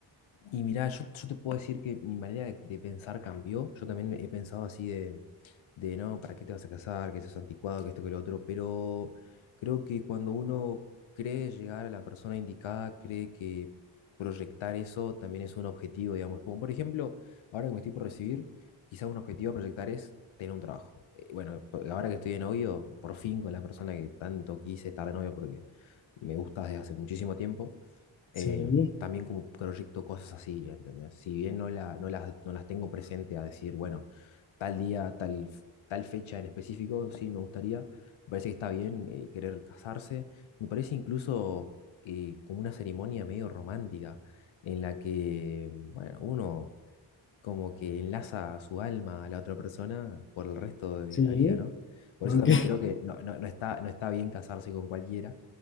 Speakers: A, on the left; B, on the left.
A: Y mirá, yo, yo te puedo decir que mi manera de, de pensar cambió. Yo también he pensado así de, de, no, ¿para qué te vas a casar? Que eso es anticuado, que esto, que lo otro. Pero creo que cuando uno cree llegar a la persona indicada, cree que proyectar eso también es un objetivo, digamos. Como por ejemplo, ahora que me estoy por recibir, quizás un objetivo a proyectar es tener un trabajo. Eh, Bueno, po- ahora que estoy de novio, por fin con la persona que tanto quise estar de novio porque me gusta desde hace muchísimo tiempo eh,
B: Sí,
A: también como proyecto cosas así, ¿entendés? Si bien no, la, no, las, no las tengo presente a decir, bueno, tal día, tal, f- tal fecha en específico, sí me gustaría, me parece que está bien eh, querer casarse, me parece incluso eh, como una ceremonia medio romántica en la que, bueno, uno como que enlaza su alma a la otra persona por el resto de
B: sí.
A: la vida, ¿no? Por
B: Ok.
A: eso también creo que no, no, no está, no está bien casarse con cualquiera